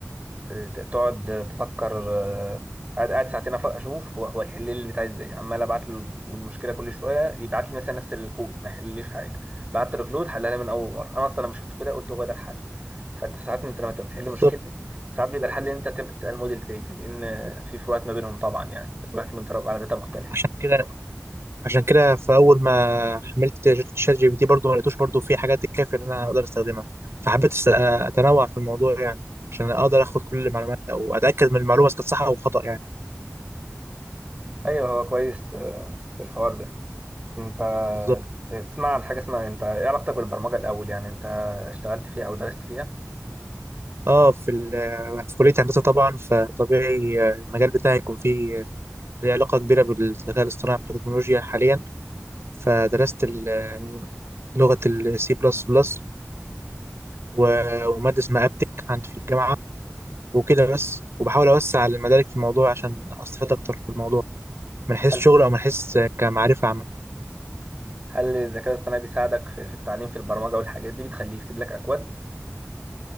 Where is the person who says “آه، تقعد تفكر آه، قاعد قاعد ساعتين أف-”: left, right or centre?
Right